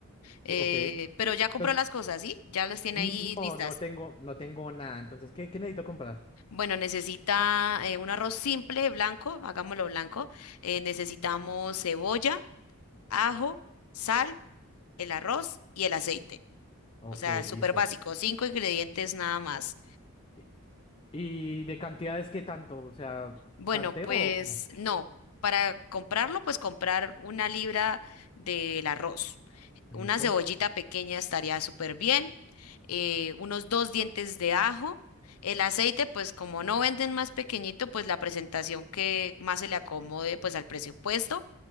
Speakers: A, on the left; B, on the left.
A: eh,
B: Sí, ok.
A: pero ya compró
B: Pues
A: las cosas, ¿sí? Ya las tiene
B: n-
A: ahí
B: no,
A: listas.
B: no tengo, no tengo nada, entonces, ¿qué, qué necesito comprar?
A: Bueno, necesita eh, un arroz simple, blanco, hagámoslo blanco. Eh, necesitamos cebolla, ajo, sal, el arroz y el aceite.
B: Ok,
A: O sea, súper
B: listo.
A: básico, cinco ingredientes nada más.
B: ¿Y, y de cantidades qué tanto? O sea,
A: Bueno,
B: ¿tanteo
A: pues
B: o cómo?
A: no, para comprarlo, pues comprar una libra del arroz.
B: Listo.
A: Una cebollita pequeña estaría súper bien. eh, unos dos dientes de ajo. El aceite, pues como no venden más pequeñito, pues la presentación que más se le acomode, pues al presupuesto.